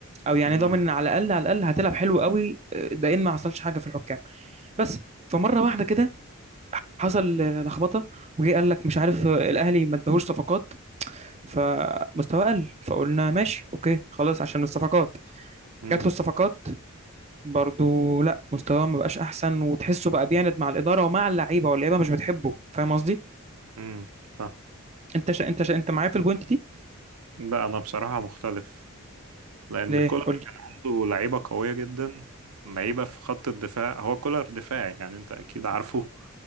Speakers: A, on the right; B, on the right.
A: أو يعني
B: امم
A: ضامن على الأقل على الأقل هتلعب حلو قوي آه، ده إن ما حصلش حاجة في الحكام بس فمرة واحدة كده حصل لخبطه وجي قال لك مش عارف الاهلي ما اداهوش صفقات فمستواه قل فقلنا ماشي اوكي خلاص عشان الصفقات
B: امم
A: جات له الصفقات برضو لا مستواه ما بقاش احسن وتحسه بقى بيعند مع الاداره ومع اللعيبه واللعيبه مش بتحبه فاهم قصدي
B: امم اه
A: انت شا... انت شا... انت معايا في البوينت دي
B: لا انا بصراحة مختلف لان
A: ليه
B: كولر
A: قول لي
B: كان عنده لعيبة قوية جدا لعيبة في خط الدفاع هو كولر دفاعي يعني انت اكيد عارفه